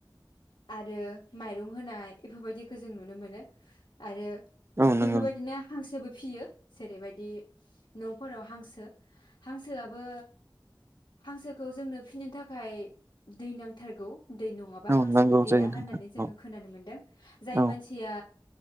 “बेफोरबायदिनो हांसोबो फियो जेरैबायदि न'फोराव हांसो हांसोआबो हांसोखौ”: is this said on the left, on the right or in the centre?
Left